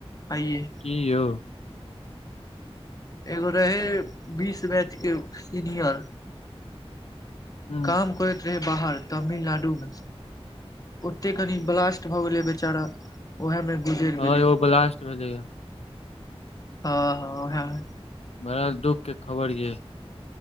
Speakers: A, on the left (about 35°); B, on the left (about 75°).
A: आइये
B: की यौ
A: एगो रहै बीस मैचके सीनियर
B: ह हँ
A: काम करैत रहे बाहर तमिलनाडु मे ओते कनि ब्लासट भऽ गेलै बेचारा उएहमे गुजर गेलै
B: हँ एगो ब्लास्ट भेलैए
A: हँ हँ ह
B: बड़ा दुख के खबर ये